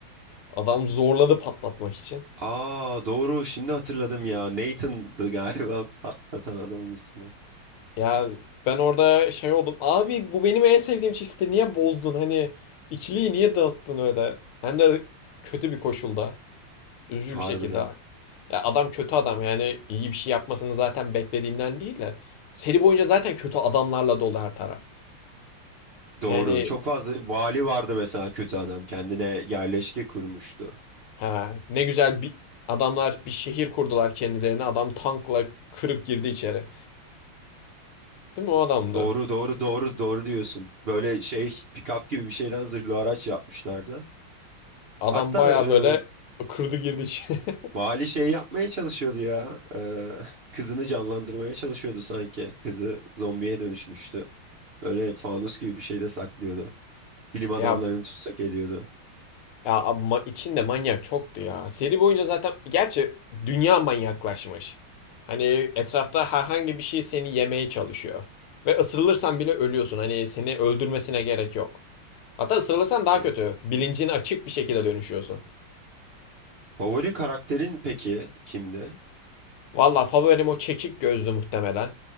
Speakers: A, on the left; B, on the right.
A: Adam zorladı patlatmak için.
B: Aa doğru şimdi hatırladım ya. Nathan'dı galiba <laughs> patlatan adamın ismi.
A: Ya ben orada şey oldum. Abi bu benim en sevdiğim çiftti. Niye bozdun? Hani ikiliyi niye dağıttın öyle? Hem de kötü bir koşulda. Üzücü
B: Harbiden.
A: bir şekilde. Ya adam kötü adam. Yani iyi bir şey yapmasını zaten beklediğimden değil de. Seri boyunca zaten kötü adamlarla dolu her taraf.
B: Doğru.
A: Yani
B: Çok fazla vali vardı mesela kötü adam. Kendine yerleşke kurmuştu.
A: Ha, ne güzel bir adamlar bir şehir kurdular kendilerine. Adam tankla kırıp girdi içeri. Değil mi o adamdı?
B: Doğru doğru doğru doğru diyorsun. Böyle şey pick-up gibi bir şeyden zırhlı araç yapmışlardı.
A: Adam
B: Hatta
A: baya
B: e,
A: böyle kırdı girdi içeri. <laughs>
B: vali şey yapmaya çalışıyordu ya. E, <laughs> kızını canlandırmaya çalışıyordu sanki. Kızı zombiye dönüşmüştü. Böyle fanus gibi bir şeyde saklıyordu. Bilim adamlarını
A: Ya
B: tutsak ediyordu.
A: ya abi ma- içinde manyak çoktu ya. Seri boyunca zaten gerçi dünya manyaklaşmış. Hani etrafta herhangi bir şey seni yemeye çalışıyor. Ve ısırılırsan bile ölüyorsun. Hani seni öldürmesine gerek yok. Hatta ısırılırsan daha
B: Evet.
A: kötü. Bilincini açık bir şekilde dönüşüyorsun.
B: Favori karakterin peki kimdi?
A: Valla favorim o çekik gözlü muhtemelen.